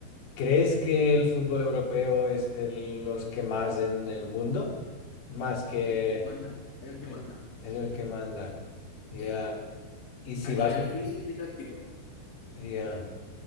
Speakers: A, on the left; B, on the left.
A: ¿crees que el fútbol europeo es de los que más en el mundo? Más que...
B: Es el que manda, es el que
A: eh,
B: manda.
A: es el que manda. Ya.
B: Sí.
A: Y si
B: A nivel
A: vas,
B: físico y táctico,
A: ya.